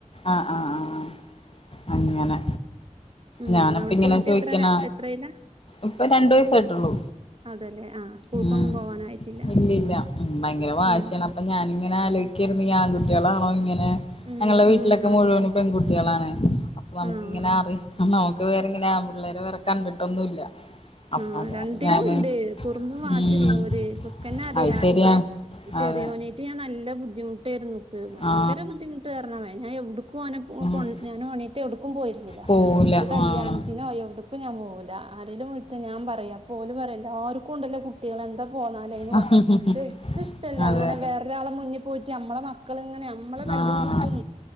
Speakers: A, on the left; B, on the right.
A: ആഹ് ആഹ ആഹ അങ്ങനെ
B: ഉം
A: ഞാനപ്പ
B: അവിടുത്തെ
A: ഇങ്ങനെ
B: കുട്ടി
A: ചോദിക്കണ
B: എത്രേലാ എത്രയിലാ
A: ഇപ്പ രണ്ടു വയസായിട്ടുള്ള
B: അതെല്ലേ ആഹ് സ്കൂൾക്കൊന്നും
A: മ്
B: പോവാനായിട്ടില്ല
A: ഇല്ലല്ല ഭയങ്കര വാശിയാണ്
B: ഉം
A: അപ്പൊ ഞാന ഇങ്ങനെ ആലോചിക്കരുന്നു ആൺകുട്ടികളാണോ ഇങ്ങനെ-
B: ഉം
A: ഞങ്ങളുടെ വീട്ടിലൊക്കെ
B: ഉം
A: മുഴുവനും പെൺകുട്ടികളാണ് അപ്പൊ നമുക്കിങ്ങനെ
B: ആഹ്
A: അറി നമുക്ക് വേറെങ്ങനെയാ ആൺപിള്ളേരെ വേറെ കണ്ടിട്ടൊന്നുല്ല അപ്പൊ
B: ആ
A: അതാണ്
B: രണ്ടിലും
A: ഞാന്
B: ഉണ്ട് കുറുമ്പ് വാശിയുള്ളൂര്
A: ഉം
B: ഇപ്പൊ ഇക്കന്നെ അറിയാ
A: അത് ശരിയാണ്
B: ഇന്റെ- ചെറിയോനേറ്റ്
A: അതെ
B: ഞാൻ നല്ല ബുദ്ധിമുട്ടായിരുന്നു ഭയങ്കര
A: ആ
B: ബുദ്ധിമുട്ട് കാരണേ ഞാൻ എവിടുക്കും
A: ആ
B: ഞാൻ ണീട്ട എവിടുക്കും പോയിരുന്നില്ല
A: പോവൂല
B: ഒരു കല്യാണത്തിനോ
A: ആഹ്
B: എവിടക്കും ഞാൻ പോവില്ല ആരേലും ച്ച ഞാൻ പറയാ ഓല് പറയും എല്ലാർക്കും ഉണ്ടല്ലോ കുട്ടിൾ എന്താ <unintelligible>
A: ആഹ്
B: ഇൻക്ക് ഇഷ്ടല്ല
A: അതെ
B: അങ്ങനെ വേറൊരാളെ മുന്നിൽ പോയിട്ട് നമ്മളെ മക്കള ഇങ്ങനെ നമ്മ തല്ലും
A: ആഹ്
B: കുത്തും